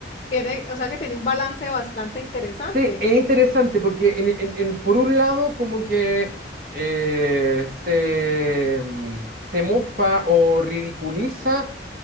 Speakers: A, on the left; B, on the right.
A: tiene, o sea que tiene un balance bastante interesante
B: Sí, es interesante porque en- en- en- por un lado como que eh, se, mm, se mofa o ridiculiza